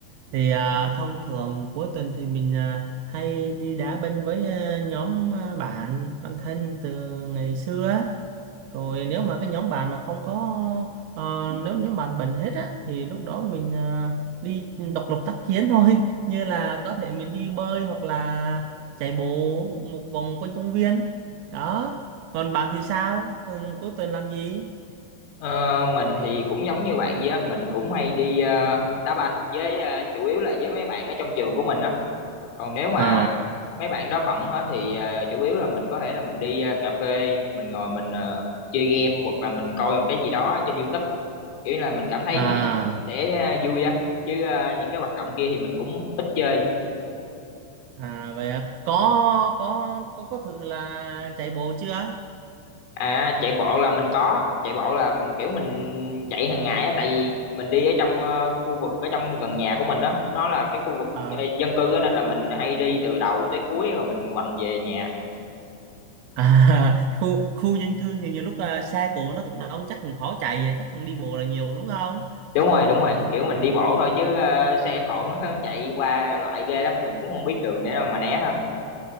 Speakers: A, on the right; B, on the left.
A: thì à, thông thường cuối tuần thì mình à, hay đi đá banh với à, nhóm à, bạn bạn thân từ ngày xưa á rồi nếu mà cái nhóm bạn mà không có ờ, nếu mà nhóm bạn bệnh hết á thì lúc đó mình ờ, đi độc lập tác chiến thôi <laughs> như là có thể mình đi bơi hoặc là chạy bộ một vòng quanh công viên đó còn bạn thì sao thường cuối tuần làm gì
B: Ờ, mình thì cũng giống như bạn vậy á, mình cũng hay đi ờ, đá banh với ờ, chủ yếu là với mấy bạn ở trong trường của mình á. Còn nếu mà
A: ờ
B: mấy bạn đó bận hết thì ờ, chủ yếu là mình có thể là mình đi ờ, cà phê, mình ngồi mình ờ, chơi game hoặc là mình coi cái gì đó trên YouTube kiểu là mình cảm thấy
A: à
B: như vậy mình sẽ à, vui á chứ à, những cái hoạt động kia thì mình cũng ít chơi
A: à vậy à? có có có có thử là chạy bộ chưa
B: à chạy bộ là mình có chạy bộ là kiểu mình chạy hàng ngày á tại vì mình đi ở trong ờ, khu vực ở trong gần nhà của mình đó nó là cái khu vực
A: Ờ.
B: ờ, dân cư á nên là mình hay đi từ đầu tới cuối rồi mình quành về nhà
A: à, <laughs> khu khu dân cư thì nhiều lúc à, xe cộ nó cũng đông chắc cũng khó chạy à, chắc đi bộ là nhiều đúng không
B: đúng rồi đúng rồi kiểu mình đi bộ thôi chứ ờ, xe cộ nó <laughs> chạy qua lại ghê lắm mình cũng không biết đường để mà né đâu